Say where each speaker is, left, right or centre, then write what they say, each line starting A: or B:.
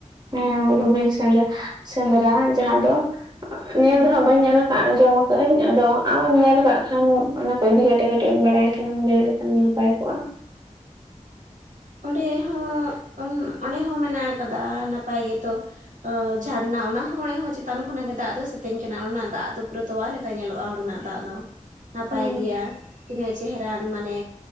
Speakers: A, on the right; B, on the right.
A: ᱦᱮᱸ ᱵᱩᱨᱩ ᱵᱤᱨ ᱥᱮ ᱥᱮᱸᱫᱽᱨᱟ ᱡᱟᱦᱟᱸ ᱫᱚ ᱧᱮᱞ
B: ᱦᱳᱭ
A: ᱫᱚ ᱦᱟᱼᱜ ᱵᱟᱹᱧ ᱧᱮᱞ ᱟᱸᱡᱚᱢ ᱟᱠᱟᱫ ᱟᱹᱧ ᱟᱫᱚ ᱟᱢ ᱧᱮᱞ ᱟᱠᱟᱫ ᱠᱷᱟᱱ ᱚᱱᱟ ᱠᱚ ᱤᱫᱤ ᱠᱟᱛᱮ ᱠᱟᱹᱴᱤᱡ ᱵᱟᱲᱟᱭ ᱛᱟᱦᱮᱱᱟᱢ ᱞᱟᱹᱭ ᱞᱮ ᱱᱟᱯᱟᱭ ᱠᱚᱜᱼᱟ
B: ᱚᱸᱰᱮ ᱦᱚᱸ ᱚᱸᱰᱮ ᱦᱚᱸ ᱢᱮᱱᱟᱜ ᱠᱟᱫᱟ ᱱᱟᱯᱟᱭ ᱜᱮᱛᱚ᱾ ᱡᱷᱟᱨᱱᱟ ᱚᱱᱟ ᱦᱚᱸ ᱚᱲᱮ ᱦᱚᱸ ᱪᱮᱛᱟᱱ ᱠᱷᱚᱱᱟᱜ ᱜᱮ ᱫᱟᱜ ᱫᱚ ᱥᱮ ᱢᱤᱛᱧ ᱠᱟᱱᱟ ᱚᱱᱟᱱᱟᱜ ᱫᱟᱜ ᱫᱩᱯᱩᱨᱟᱹ ᱛᱚᱣᱟ ᱞᱮᱠᱟ ᱧᱮᱞᱚᱜᱼᱟ ᱚᱱᱟᱸᱰᱮᱱᱟᱜ ᱫᱟᱜ ᱫᱚ ᱱᱟᱯᱟᱭ
A: ᱦᱩᱸ
B: ᱜᱮᱭᱟ ᱛᱤᱱᱟᱹᱜ ᱪᱮᱦᱨᱟᱱ ᱢᱟᱱᱮ